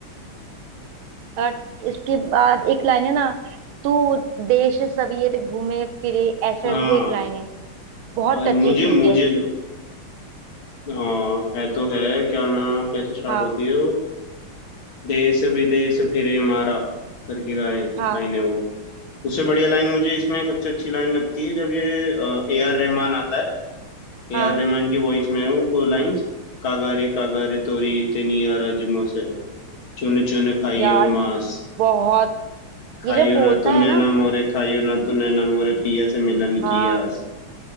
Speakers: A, on the right; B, on the left.
A: और इसके बाद एक लाइन है ना तू देश सवेर घूमे फिरे ऐसे
B: हाँ
A: करके कोई एक लाइन है बहुत
B: और
A: टची
B: मुझे
A: सी
B: मुझे
A: है
B: हाँ है तो है क्या ना कैसे स्टार्ट
A: हाँ
B: होती है वो देश विदेश फिरे मारा करके
A: हाँ
B: लाइन है वो उससे बढ़िया लाइन मुझे इसमें सबसे अच्छी लाइन लगती है जब ये ए आर रहमान आता है ए
A: हाँ
B: आर रहमान की वॉइस में है वो को लाइंस कागारे कागारे तोरी इतनी अरजुमों से चुन चुन खाइयो
A: यार
B: मांस
A: बहुत
B: खाइयो
A: ये जब बोलता
B: ना तू
A: है
B: नैना
A: ना
B: मोरे खाइयो ना तू नैना मोरे पिया से मिलन
A: हाँ
B: की आस